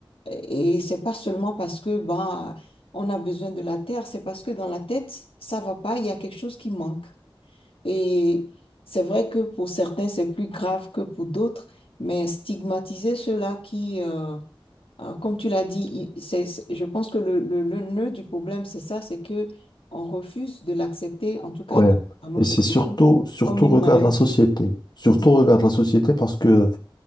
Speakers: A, on the left; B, on the left.
A: Et c'est pas seulement parce que bah, on a besoin de la terre, c'est parce que dans la tête, ça va pas, il y a quelque chose qui manque. Et c'est vrai que pour certains, c'est plus grave que pour d'autres, mais stigmatiser ceux-là qui, euh, euh, comme tu l'as dit, il- c'est, c'est- je pense que le, le, le nœud du problème, c'est ça, c'est que on refuse de l'accepter, en tout cas
B: Ouais.
A: dans, dans nos
B: Et
A: sociétés,
B: c'est surtout, surtout,
A: comme une
B: regarde
A: maladie.
B: la société. Surtout,
A: Mhm,
B: regarde la société parce que